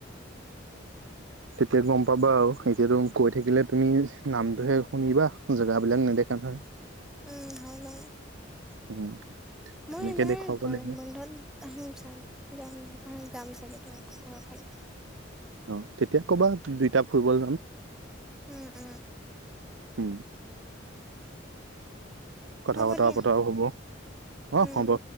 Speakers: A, on the right; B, in the centre.
A: তেতিয়াত গম পাবা আৰু এতিয়াতো কৈ থাকিলে তুমি নামটোহে শুনিবা জেগাবিলাক নেদেখা দেখা
B: উম হা লো
A: উম তেনেকে
B: মই এবাৰ
A: দেখুৱাব
B: গৰম
A: লাগিব
B: বন্ধত আহিম ছাৰ যাম অ জাম ছাগে তোমালোকৰ ঘৰ ফালে।
A: অহ, তেতিয়া ক'বা দুইটা ফুৰিবলে যাম।
B: উম- উম
A: উম কথা
B: হ'ব
A: বতৰা
B: দিয়া
A: পতাও হ'ব, অহ
B: উম
A: হ'ব।